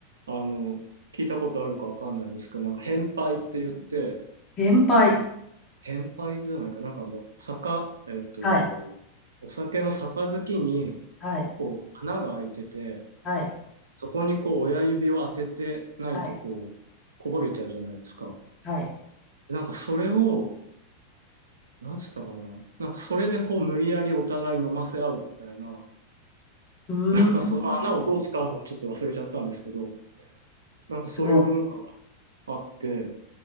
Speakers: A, on the right (about 70°); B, on the left (about 25°).
A: あの、聞いたことあるかわかんないんですけど、なんか変杯って言って、
B: 先輩
A: 変杯じゃないか、なんかあの、酒、えっと、
B: はい。
A: お酒の杯に、
B: はい。
A: こう、穴が開いてて、
B: はい。
A: そこにこう親指を当ててないとこう、
B: はい。
A: こぼれちゃうじゃないですか。
B: はい。
A: でなんかそれを、なんつったかな。なんかそれでこう無理やりお互い飲ませ合うみたいな、ま
B: うーん。
A: あ、その穴をどう使うのかちょっと忘れちゃったんですけど、なんかそういう文化が
B: すご
A: あって、